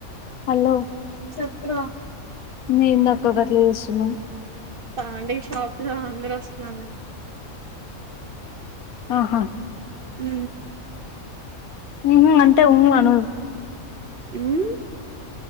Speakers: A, on the left; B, on the right.
A: హలో చెప్పిగా
B: చెప్పురా
A: నేందక్కా గట్ల ఏస్తున్నవ్
B: పాండీ షాప్ లో అందరు ఒస్తున్నారు
A: ఆహా
B: ఊ
A: ఉ అంటే ఉ అను
B: ఊమ్